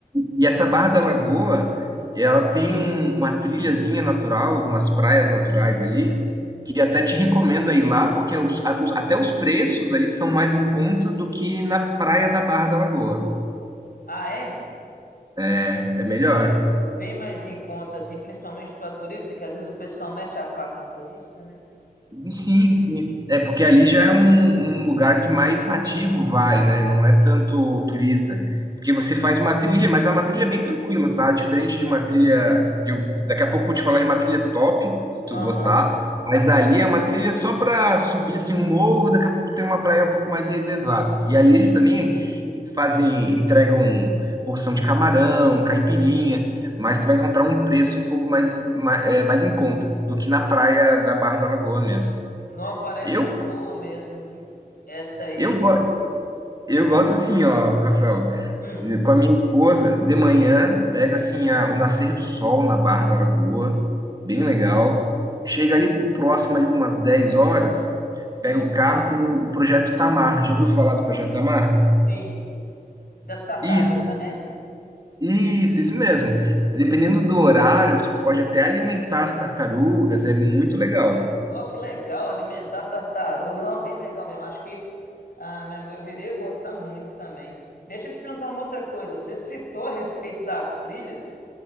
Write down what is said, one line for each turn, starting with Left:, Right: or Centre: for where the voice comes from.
Right: E essa Barra da Lagoa, ela tem um- uma trilhazinha natural, umas praias naturais ali, que até te recomendo a ir lá, porque os- a- os- até os preços ali são mais em conta do que na praia da Barra da Lagoa.
Left: Ah, é?
Right: É é melhor.
Left: Bem, bem mais em conta assim, principalmente para turista, que às vezes o pessoal mete a faca em turista, né?
Right: Sim, sim. É porque ali já é um, um lugar que mais nativo vai, né? Não é tanto turista. Porque você faz uma trilha, mas é uma trilha bem tranquila, tá? Diferente de uma trilha. de- um, daqui a pouco eu vou te falar de uma trilha top, se tu
Left: Aham.
Right: gostar. Mas ali é uma trilha só para subir assim um morro, daqui a pouco tem uma praia um pouco mais reservada. E ali eles também fazem, entregam porção de camarão, caipirinha mas tu vai encontrar um preço um pouco mais, mais, é, mais em conta do que na praia da Barra da Lagoa mesmo.
Left: Não aparece
Right: Eu,
Left: uma boa mesmo, viu? Essa aí.
Right: eu, go-
Left: cê-
Right: eu gosto assim, ó, Rafael,
Left: Hum,
Right: com a minha esposa, de manhã, pega assim a- o nascer do sol na Barra da Lagoa, bem
Left: uhum,
Right: legal. Chega ali próximo ali de umas 10 horas,
Left: hum,
Right: pega o carro, tem o, o Projeto Tamar. Já ouviu falar do Projeto Tamar?
Left: sim. Das tartarugas,
Right: Isso,
Left: né?
Right: isso, isso mesmo. Dependendo do horário, tu pode até alimentar as tartarugas, é muito legal.
Left: Nossa, que legal alimentar tartaruga. Não, bem legal mesmo. Acho que a minha mãe viria gostar muito também. Deixa eu te perguntar uma outra coisa. Você citou a respeito das trilhas.